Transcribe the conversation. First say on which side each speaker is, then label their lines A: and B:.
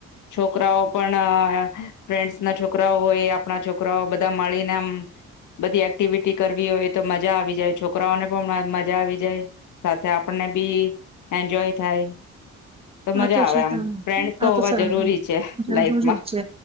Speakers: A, on the left; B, on the right.
A: છોકરાઓ પણ ફ્રેન્ડસ ના છોકરાઓ હોય આપણા છોકરાઓ બ બધા મળીને આમ બધી એક્ટિવિટી કરવી હોય તો મજા આવી જાય છોકરાઓને પણ મજા આવી જાય સાથે આપણને બી એન્જોય થાય. મજા
B: આ તો
A: આવે
B: છે
A: આમ
B: ત
A: ફ્રેન્ડસ
B: આ
A: હોવા
B: તો સારું
A: જરૂરી છે લાઈફમાં
B: જરૂરી જ છે